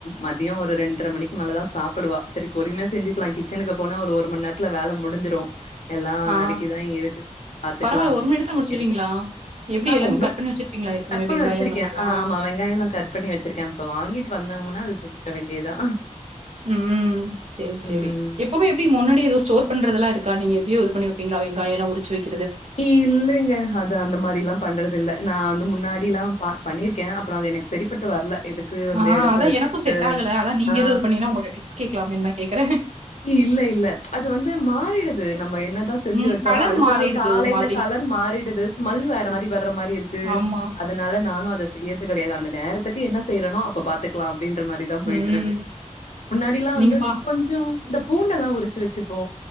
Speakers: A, on the left; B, on the right.
A: மதியோ ஒரு ரெண்ட்ர மணிக்கு மேல தா சாப்புடுவா செரி பொறுமையா செஞ்சுக்லா கிச்சனுக்கு போனா ஒரு ஒரு மணி நேத்துல வேல முடிஞ்சிரு எல்லா
B: ஆ
A: நறுக்கிதா இருக்கு பாத்துக்லா
B: பரவால்ல
A: அப்டின்ற
B: ஒரு மணி நேரத்துல
A: மாரி
B: முடிச்சிருவீங்களா?
A: இருக்கு
B: எப்டி
A: ஆ
B: எல்லாமே
A: ஒன்னுப்
B: கட் பண்ணி வச்சிருப்பீங்களா ஏற்கனவே
A: கட் பண்ணி
B: வெங்காயோ
A: வச்சிருக்கே
B: அந்த மாரிலா?
A: ஆ ஆமா வெங்காயல்லா கட் பண்ணி வச்சிருக்கே இப்ப வாங்கிட்டு வந்தாங்கனா இது செஞ்சிட வேண்டியதா
B: ம் சேர் செரி
A: ம்
B: எப்பவ்மே எப்டி முன்னாடி எதோ ஸ்டோர் பண்றதெல்லாருக் க்கா நீங்க எப்டியோ இது பண்ணி வப்பீங்ளா வெங்காயலா உரிச்சு வெக்
A: இல்லைங்க அது அந்த மாரில்லா பண்றதில்ல நான் முன்னாடில்லா ப பண்ணிருக்கே அப்றோ அது எனக் சரிபட்டு வர்ல எதுக்கு அந்த
B: ஆ
A: எடத்த
B: அதா
A: வச்சுக்கிட்டு
B: எனக்கு செட் ஆகல அதா நீங்க
A: ஆ
B: எதுவு இது பண்ணீங்கன்னா உங்கள்ட்ட டிப்ஸ் கேக்கலாமேன்னு தா கேக்குறே.
A: இல்லே இல்ல அத் து வந்து மாறிடுது நம்ம என்னதா செஞ்சு
B: ம்
A: வச்சாலு
B: கலர்
A: அடுத்த
B: மாறிடுது
A: நாள் காலையில
B: ஒரு மாதிரி
A: கலர் மாறிடுது ஸ்மல் வேற் ற மாரி வர மாரி இருக்கு
B: ஆமா.
A: அதனால நானு அத ஸ் செய்யற்து கெடையாது அந்த நேரத்துக்கு என்ன செய்றேனோ அப்ப பாத்துக்கலா அப்டின் ட்ற மாரி தா போயிட்ருக்கு
B: ம்.
A: முன்னாடிலா
B: நீங்க
A: வந்து
B: பா
A: கொஞ்சோ இந்தப் பூண்டெல்லா உரிச்சு வச்சுப்போ